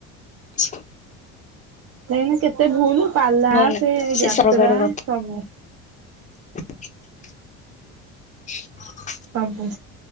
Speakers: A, on the left; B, on the right.
A: <inaudible>
B: କାଇଁନା କେତେ ଭଲୁ ପାଲା
A: କୁହନା
B: ସେ ଯାତ୍ରା
A: ସରକାର କଥା।
B: ସବୁ।
A: <inaudible> <inaudible>
B: ସବୁ